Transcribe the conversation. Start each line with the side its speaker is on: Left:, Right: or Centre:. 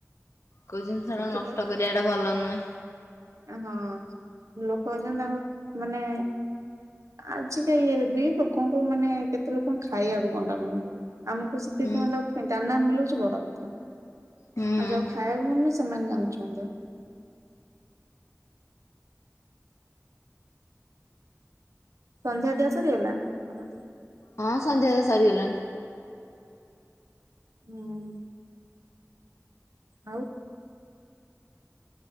Left: କୋଉ ଜିନିଷଟା
Right: ସେଥିଲାଗି
Left: ନଷ୍ଟ କରିବାଟା ଭଲ ନୁହେଁ।
Right: ହଁ ଲୋକ ଅଛନ୍ତି ତାଙ୍କୁ ମାନେ ଆଜିକା ଇଏରେ ବି ଲୋକଙ୍କୁ ମାନେ କେତେ ଲୋକଙ୍କୁ ଖାଇବାକୁ ଗଣ୍ଡାମଣ୍ଡୁନି। ଆମକୁ ସେତିକି
Left: ହୁଁ
Right: ଟଙ୍କାର ଦାନା ମିଳୁଛି ବଡ କଥା।
Left: ହୁଁ।
Right: ଆଉ ଯୋଉ ଖାଇବାକୁ ମିଳୁନି ସେମାନେ ଜାଣିୁଛନ୍ତି। ସନ୍ଧ୍ୟା ଦିଆ ସରିଗଲା? <unintelligible>
Left: ହଁ ସନ୍ଧ୍ୟା ଦିଆ ସରିଗଲାଣି।
Right: ହୁଁ। ଆଉ